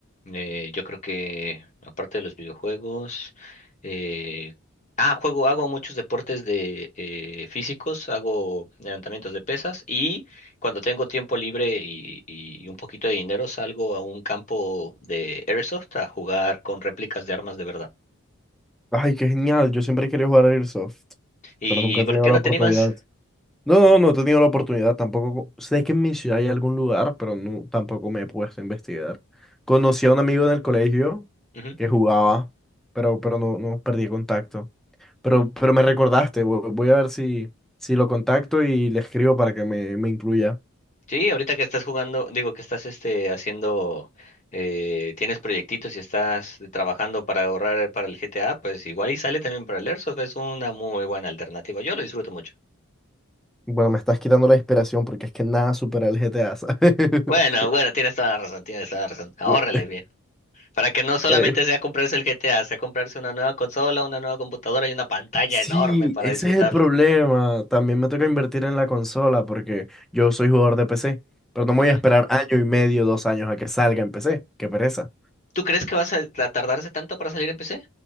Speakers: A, on the left; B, in the centre.
A: Eh, yo creo que aparte de los videojuegos, eh, ah, juego, hago muchos deportes de eh, físicos, hago levantamientos de pesas y cuando tengo tiempo libre y, y un poquito de dinero salgo a un campo de airsoft a jugar con réplicas de armas de verdad.
B: Ay, qué genial, yo siempre he querido jugar a Airsoft,
A: ¿Y
B: pero nunca he
A: por
B: tenido
A: qué
B: la
A: no
B: oportunidad.
A: te animas?
B: No, no, no he tenido la oportunidad, tampoco sé que en mi ciudad hay algún lugar, pero no, tampoco me he puesto a investigar. Conocí a un amigo en el colegio
A: Ujú.
B: que jugaba, pero, pero no, no perdí contacto. Pero, pero me recordaste, vo- voy a ver si, si lo contacto y le escribo para que me, me incluya.
A: Sí, ahorita que estás jugando, digo que estás este haciendo, eh, tienes proyectitos y estás trabajando para ahorrar para el GTA, pues igual y sale también para el Airsoft, es una muy buena alternativa. Yo lo disfruto mucho.
B: Bueno, me estás quitando la inspiración porque es que nada supera el GTA, ¿sabes? <laughs>
A: Bueno, bueno, tienes toda la razón, tienes toda la razón. Ahórrele
B: Bu-
A: bien. Para que no solamente
B: eh,
A: sea comprarse el GTA, sea comprarse una nueva consola, una nueva computadora y una pantalla
B: sí,
A: enorme para
B: ese
A: disfrutarlo.
B: es el problema. También me toca invertir en la consola porque yo soy jugador de PC, pero no me
A: Ujú.
B: voy a esperar año y medio, dos años a que salga en PC. Qué pereza.
A: ¿Tú crees que vas a a tardarse tanto para salir en PC?